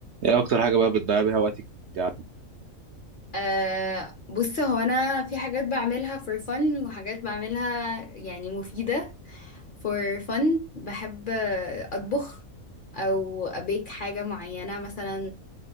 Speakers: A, on the right (about 65°); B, on the left (about 50°).
A: ايه اكتر حاجه بقى بتضيع بيها وقتك وإنت قاعدة؟
B: أه بص هو انا في حاجات بعملها for fun وحاجات بعملها يعني مفيدة for fun بحب آه، اطبخ او ابيك حاجة معينة مثلا